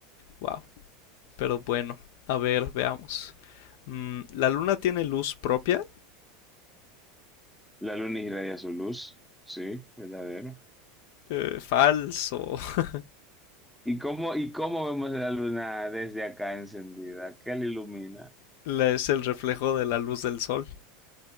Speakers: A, on the left; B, in the centre.
A: Wow. Pero bueno, a ver, veamos. Mm, ¿la luna tiene luz propia?
B: La luna irradia su luz, sí, verdadero.
A: Eh, falso. <laughs>
B: ¿Y cómo, y cómo vemos la luna desde acá encendida? ¿Qué la ilumina?
A: La- es el reflejo de la luz del sol.